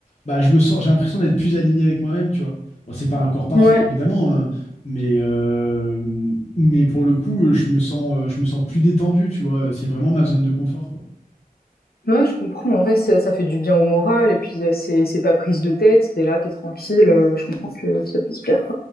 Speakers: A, on the left; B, on the left.
A: bah, je me sens, j'ai l'impression d'être plus aligné avec moi-même, tu vois. Bon, c'est pas encore parfait,
B: Ouais.
A: évidemment, hein, mais, euh, mais pour le coup, euh, je me sens, euh, je me sens plus détendu, tu vois, c'est vraiment ma zone de confort, quoi.
B: Ouais, je comprends. En vrai, ça, ça fait du bien au moral et puis euh, c'est, c'est pas prise de tête. T'es là, t'es tranquille. euh, je comprends que ça puisse plaire.